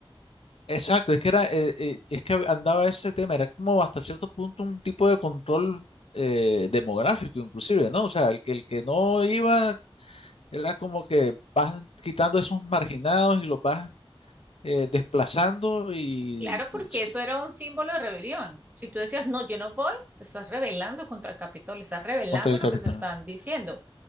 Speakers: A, on the left (about 80°); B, on the right (about 15°).
A: Exacto, es que era, eh, eh, es que andaba ese tema, era como hasta cierto punto un tipo de control eh, demográfico, inclusive, ¿no? O sea, el que el que no iba era como que vas quitando esos marginados y los vas eh, desplazando y
B: Claro, porque
A: y s-
B: eso era un símbolo de rebelión. Si tú decías, no, yo no voy, te estás rebelando contra el Capitolio, estás rebelando
A: contra el
B: lo
A: capitán.
B: que te están diciendo.